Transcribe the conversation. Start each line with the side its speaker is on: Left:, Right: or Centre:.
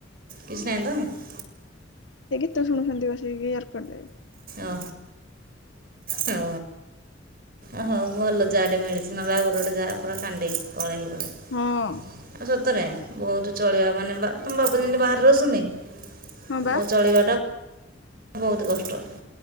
Right: କିଛି ନାହିଁ ତ।
Left: ସେ ଗୀତ ଶୁଛନ୍ତି ବସିକି ୟରକର୍ଡ ଦେଇକି।
Right: ଓ ହୋ ଓହୋ ଭଲ ଯା ଟେ ମିଳିଚି। ନହେଲେ ଆଉ ଗୋଟେ ଗୋଟେ ଯା ପୁରା କାଣ୍ଡେଇ କଲେଇ ଭଳି।
Left: ହଁ।
Right: ଆଉ ସତରେ ବହୁତୁ ଚଳିବା ମାନେ ବା ତମ ବାପା ଯେମିତି ବାହାରେ ରହୁଛନ୍ତି
Left: ହଁ ବା
Right: ଚଳିବା ବହୁତୁ କଷ୍ଟ।